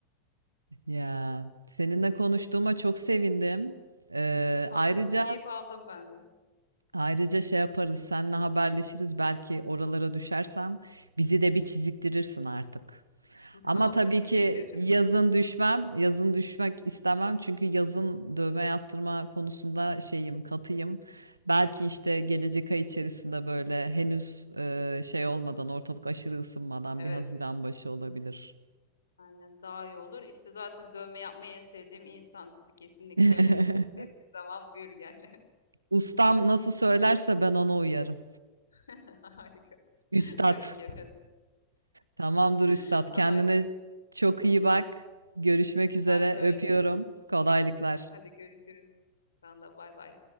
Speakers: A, on the right (about 80°); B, on the left (about 70°).
A: Ya seninle konuştuğuma çok sevindim. Ee,
B: Vallahi
A: ayrıca
B: çok keyif aldım ben de.
A: Ayrıca şey yaparız, seninle haberleşiriz belki oralara düşersem bizi de bir çiziktirirsin artık.
B: <laughs>
A: Ama
B: Olur,
A: tabii
B: teşekkür
A: ki
B: ederim.
A: yazın düşmem, yazın düşmek istemem çünkü yazın dövme yaptırma konusunda şeyim, katıyım. Belki işte gelecek ay içerisinde böyle henüz e, şey olmadan, ortalık aşırı ısınmadan
B: Evet.
A: bir Haziran başı olabilir.
B: Aynen daha iyi olur. İşte zaten dövme yapmayı en sevdiğim insan tipi kesinlikle.
A: <laughs>
B: <laughs> İstediğin zaman buyur gel.
A: Ustam nasıl söylerse ben ona uyarım.
B: <laughs> Harika. <laughs>
A: Üstad.
B: Tabii ki efendim.
A: Tamamdır
B: <laughs>
A: üstad.
B: Anlaştık.
A: Kendine çok iyi bak. Görüşmek üzere.
B: Sen de
A: Öpüyorum.
B: öyle.
A: Kolaylıklar.
B: Hadi görüşürüz. Sen de bay bay.